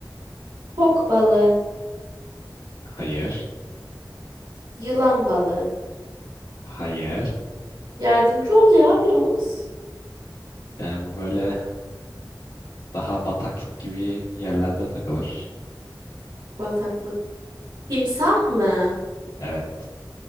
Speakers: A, on the right (about 70°); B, on the left (about 85°).
A: Fok balığı.
B: Hayır.
A: Yılan balığı.
B: Hayır.
A: Yardımcı ol ya biraz.
B: Yani bu böyle daha bataklık gibi yerlerde takılır.
A: Bataklık. Timsah mı?
B: Evet.